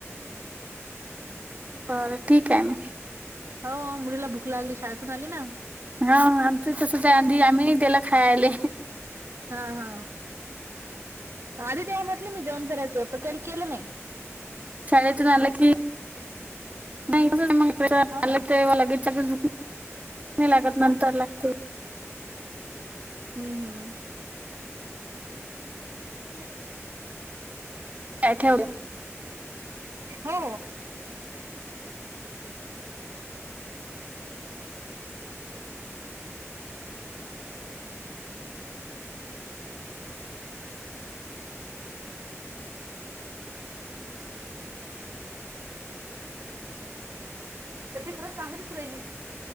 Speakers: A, on the right; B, on the right.
A: बरं ठीक आहे मी
B: हो मुलीला भूक लागली शाळेतून आली ना
A: हा आमच तस आ आम्ही तेला खायले
B: हा हा आधी तेव्हा म्हटले मी जेवण करायचं तर का केलं नाही.
A: शाळेतून आलं की नाही मग
B: हो ना
A: ते लगेच भूक नाही लागत नंतर लागते.
B: हम्म हम्म ठी <unintelligible>
A: बठे होते <unintelligible>
B: हो मला चांगलीच राहिली